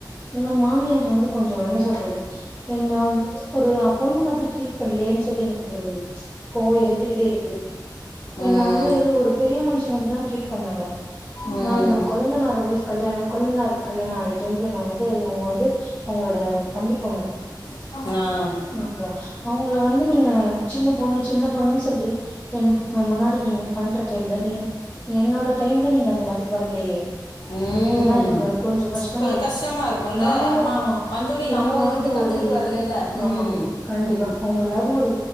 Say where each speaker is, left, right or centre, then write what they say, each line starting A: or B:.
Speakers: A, on the left; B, on the left.
A: எங்க மாமியார் வந்து கொஞ்சோ என்ன சொல்றது என்ன ஒரு பொண்ணு மாதிரி ட்ரீட் பண்லயேன் சொல்லி எனக் கு கோவோ இருந்துகிட்டே இருக்குது
B: ம்
A: என்ன வந்து ஒரு பெரிய மன்ஷங்க அப்டி தான ட்ரீட் பண் வாங்க
B: ம்
A: நா என்னோட கொழந்தனார் ஒய்ஃப் கல்யாணம் கொழந்தனாருக்கு கல்யாணம் ஆக டைம்ல நா வந்து இவங்க வந்து அவங்ளோட தம்பி பொண்ணு
B: ஆ
A: கேக்குதா அவங்கள வந்து நீங்க சின்ன பொண்ணு சின்ன பொண்ணு சொல்லி என் முன்னாடி நீங்க பண்ற டைம்ல நீங்க வந்து என்னோட டைம்ல நீங்க அந்த மாதிரி பண்லயே
B: ம்
A: அதெல்லாம் எனக்கு கொஞ்சம் கஷ்டமா
B: கொஞ்சம்
A: இருக்கு
B: கஷ்டமா இருக்கும்ல
A: நானு ஆமா
B: வந்தோடனே
A: இவங்களாவ்து
B: நம்ம எதுவுமே கத்துக்கிட்டு
A: ஒரு
B: வரலல்ல
A: ஆமா
B: ம்
A: கண்டிப்பா
B: ம்
A: அவங்களாவ்து ஒரு